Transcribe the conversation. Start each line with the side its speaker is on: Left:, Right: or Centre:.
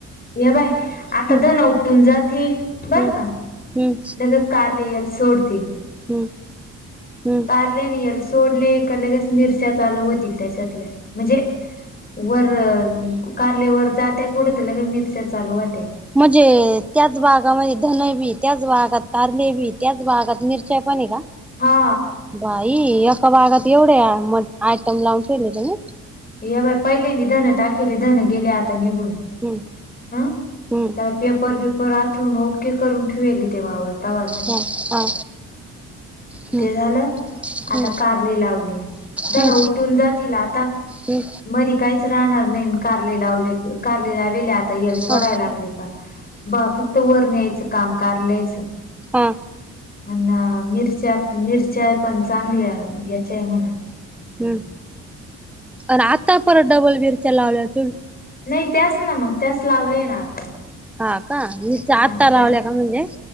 Left: हे पाह्य. आता
Centre: हम्म
Left: धन उपटून जातील बर
Centre: हम्म
Left: का?
Centre: हम्म.
Left: नगं कारले येल सोडतील.
Centre: हम्म हम्म.
Left: ल सोडले लगेच मिरच्या चालू होतील त्याच्यातले म्हणजे. वर कारले वर जातय कुढंत ल का मिरच्या चालूवात.
Centre: म्हणजे त्याच भागामध्ये धन बी त्याच भागात कारले बी त्याच भागात मिरचाई पाणी का.
Left: हा.
Centre: बाई एका बागात एवढे म आयटम लावून ठेले तुम्ही.
Left: या बा पहिलेनी धनं टाकली धनं गेले आता निघून.
Centre: हम्म
Left: हं
Centre: हम्म.
Left: त्याला पेपर बिपर आथरून ओके करून ठेवू तेव्हा आवरतावाच
Centre: ह हा. हम्म
Left: ते झालं आता
Centre: हम्म
Left: कारली लावली जण
Centre: हम्म
Left: उटून जातील आता.
Centre: हम्म
Left: मधी काहीच राहणार नाही कारले लावले कारले लावेले आता येल सोडायला
Centre: हा हा
Left: लागले का बा फक्त वर न्यायचं काम कारलंयच
Centre: हा.
Left: म्ह मिरच्या मिरच्या पण चांगल्या याच्याय म्हणा
Centre: हम् अरे आता पर डबल मिरच्या लावल्या तु्
Left: नाही त्याच ना मग त्यास लावलेय ना आता.
Centre: हा का मिरच्या
Left: हा
Centre: आत्ता
Left: त्या
Centre: लावल्या का म्हणजे?